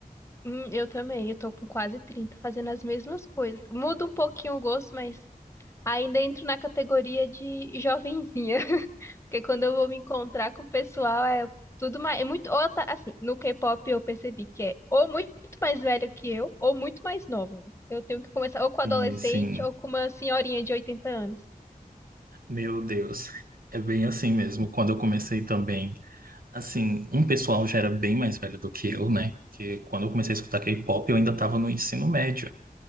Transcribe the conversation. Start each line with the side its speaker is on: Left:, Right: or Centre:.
Left: Hum, eu também, eu tô com quase 30, fazendo as mesmas coisas. Muda um pouquinho o gosto, mas Ainda entro na categoria de jovenzinha, <laughs> porque quando eu vou me encontrar com o pessoal é tudo mais, é muito, ou tá, assim, no K-pop eu percebi que é ou muito mais velho que eu, ou muito mais novo. Eu tenho que começar ou com adolescente
Right: Sim, sim.
Left: ou com uma senhorinha de oitenta anos.
Right: Meu Deus. É bem assim mesmo. Quando eu comecei também Assim, um pessoal já era bem mais velho do que eu, né? Porque quando eu comecei a escutar K-pop, eu ainda estava no ensino médio.